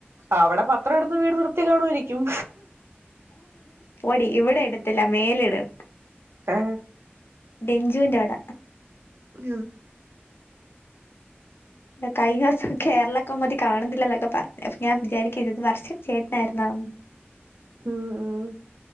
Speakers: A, on the right (about 75°); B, on the left (about 65°).
A: അവിടെ പത്രം ഇടുന്ന വീട് നിർത്തി കാണുമായിരിക്കും
B: പോടി ഇവിടെ ഇടത്തില്ല മേൽ ഇടും
A: ആ
B: ഡെഞ്ചുന്റെ അവിട
A: ആ
B: കഴിഞ്ഞ <unintelligible> കേരള കൗമുദി കാണുന്നില്ല എന്നൊക്കെ പറഞ്ഞു അപ്പൊ ഞാൻ വിചാരിക്ക ആരുന്നു വർഷേടെ ചേട്ടാനായിരുന്നോ
A: ഉം ഉം